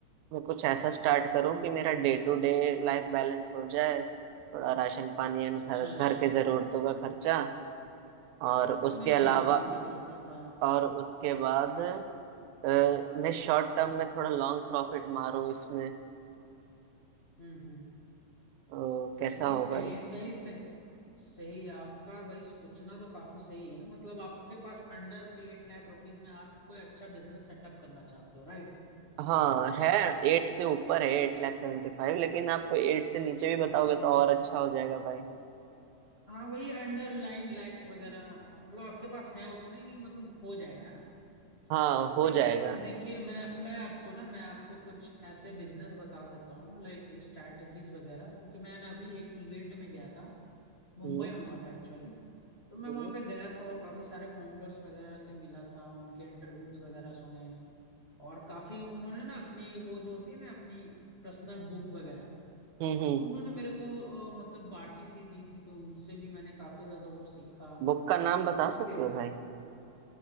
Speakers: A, on the right; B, on the left.
A: मैं कुछ ऐसा स्टार्ट करूँ
B: हम्म
A: कि
B: हम्म
A: मेरा
B: हम्म
A: day to day life balance हो जाए थोड़ा राशन पानी एंड
B: अच्छा
A: घर घर
B: अच्छा
A: के जरूरतों का खर्चा और
B: नहीं
A: उसके अलावा
B: नहीं नहीं बिल्कुल बिल्कुल हाँ
A: और उसके बाद अ, मैं शॉर्ट टर्म में थोड़ा लॉन्ग प्रॉफिट मारूँ इसमें
B: हम्म हम्म
A: तो कैसा
B: तो नहीं
A: होगा
B: सही
A: ये?
B: है सही सही सही आपका भाई सोचना तो काफी सही है मतलब आपके पास अंडर एट लाख रुपीज में आप कोई अच्छा बिजनेस सेटअप करना चाहते हो राइट
A: हाँ है एट से ऊपर है एट लाख सेवेंटी फाइव लेकिन आप एट से नीचे
B: हम्म
A: भी बताओगे
B: हम्म
A: तो और अच्छा हो जाएगा भाई
B: हाँ वही अंडरलाइन लाइक्स वगैरह मतलब आपके पास है उतने कि मतलब हो जाएगा है ना
A: हाँ
B: तो
A: हो
B: देखिए
A: जाएगा
B: देखिए मैं मैं आपको ना मैं आपको कुछ ऐसे बिजनेस बता देता हूँ लाइक स्ट्रैटेजीज वगैरह क्योंकि मैं ना अभी एक इवेंट में गया था मुंबई
A: हम्म
B: में हुआ था एक्चुअली तो मैं
A: हम्म
B: वहाँ पे गया था और काफी सारे फाउंडर्स वगैरह से मिला था उनके इंटरव्यूज वगैरह सुने और काफी उन्होंने ना अपनी वो जो होती है ना अपनी पर्सनल बुक वगैरह
A: हम्म हम्म।
B: तो उन्होंने मेरे को अ, मतलब बांटी थी दी थी तो उनसे भी मैंने काफी ज्यादा वो सीखा
A: बुक का नाम बता
B: ठीक
A: सकते
B: है
A: हो भाई